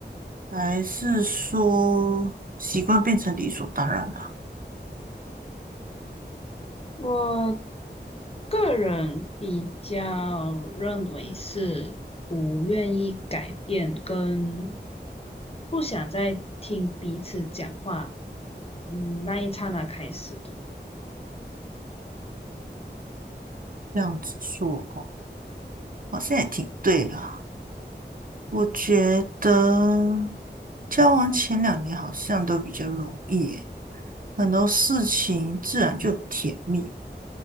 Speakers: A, on the right (about 50°); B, on the left (about 35°).
A: 还是说习惯变成理所当然了？
B: 我个人比较认为是不愿意改变跟不想再听彼此讲话，嗯，那一刹那开始的。
A: 这样子说哦，好像也挺对啦。我觉得交往前两年好像都比较容易耶很多事情自然就很甜蜜。